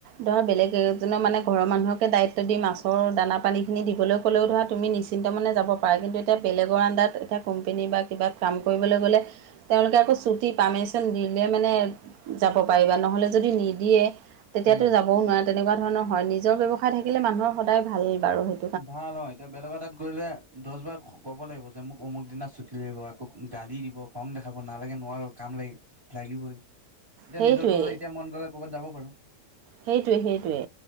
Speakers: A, on the right; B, on the right.
A: ধৰা বেলেগ এজনৰ মানে ঘৰৰ মানুহকে দায়িত্ব দি মাছৰ দানা পানীখিনি দিবলৈ ক'লেও ধৰা তুমি নিশ্চিত মনে যাব পাৰা, পায় কিন্তু এতিয়া বেলেগৰ আনডাৰত কোম্পানীৰ বা কিবা কাম কৰিব গ'লে তেওঁলোকে আকৌ ছুটি পাৰ্মিশন দিলে মানে যাব পাৰিবা নহ'লে যদি নিদিয়ে, তেতিয়াতো
B: উম।
A: যাবও নোৱাৰে তেনেকুৱা ধৰণৰ হয় নিজৰ ব্যৱসায় থাকিলে মানুহৰ সদায় ভাল বাৰু সেই,
B: ভাল অ এতিয়া বেলেগৰ তাত গলে দহ বাৰ ক'ব লাগিব যে মোক অমুক দিনা ছুটি লাগিব আকৌ, গালি দিব খং দেখাব নালাগে নোৱাৰোঁ কাম লাগি লাগিবই। এতিয়া
A: সেইটোৱেই
B: নিজৰটো হ'লে এতিয়া মন গ'লে ক'ৰবাত যাব পাৰোঁ।
A: সেইটোৱে সেইটোৱে